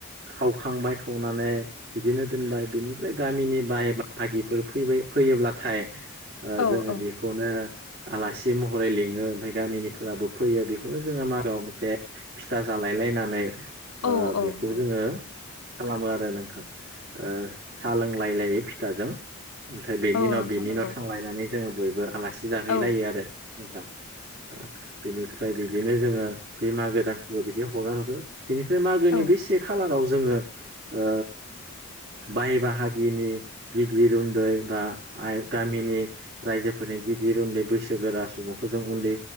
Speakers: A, on the right; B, on the left.
A: खावखांबाय खावनानै बिदिनो दोनबाय बिनिफ्राय गामिनि बाय बाहागिफोर फैबाय फैयोब्लाथाय ओ
B: औ
A: जोंङो
B: औ
A: बेखौनो आलासि महरै लिङो ओमफ्राय गामिनिफोराबो फैयो बेखौनो जोंङो मागोआव मोनसे फिथा जालायलायनानै ओ
B: औ
A: बेखौ
B: औ औ
A: जोंङो खालामो आरो नोंथां ओ सा लोंलाय लायै फिथाजों। ओमफ्राय बेनि
B: औ
A: न'
B: नोंथां
A: बिनि
B: नंगौ
A: न' थांलायनानै जोंङो बयबो आलासि जाहैलायो
B: औ
A: आरो नोंथां। ओ बेनिफ्राय बिदिनो जोङो बे मागो दानसेखो बिदिनो हगारहरो। बेनिफ्राय मागोनि
B: औ
A: बेै से खालाराव जोङो ओ बाय बाहागिनि गिदिर उन्दै बा गामिनि रायजोफोरनि गि दिर उन्दै बैसोगोरा सुबुंखौ जों उन्दै